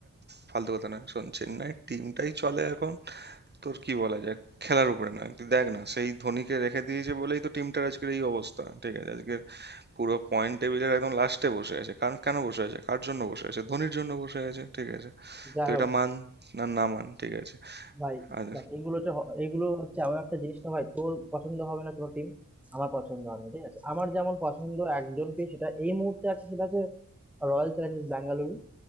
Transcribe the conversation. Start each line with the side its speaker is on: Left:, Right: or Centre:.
Right: ফালতু কথা না শোন চেন্নাইয়ের টিমটাই চলে এখন তোর কি বলা যায় খেলার উপরে না তুই দেখ না সেই ধোনিকে রেখে দিয়েছে বলেই তো টিমটার আজকের এই অবস্থা ঠিক আছে আজকের পুরো পয়েন্ট টেবিলের একদম লাস্টে বসে আছে কারণ কেন বসে আছে কার জন্য বসে আছে ধোনির জন্য বসে আছে ঠিক আছে
Centre: যাই
Right: তো এটা
Centre: হোক
Right: মান না না মান ঠিক আছে
Centre: ভাই
Right: আর
Centre: দেখ এগুলো তো হ- এগুলো হচ্ছে এমন একটা জিনিসটা ভাই তোর পছন্দ হবে না কোনো টিম আমার পছন্দ হবে না ঠিক আছে আমার যেমন পছন্দ একজনকে সেটা এই মুহূর্তে আছে সেটা হচ্ছে রয়্যাল চ্যালেঞ্জার্স ব্যাঙ্গালুরু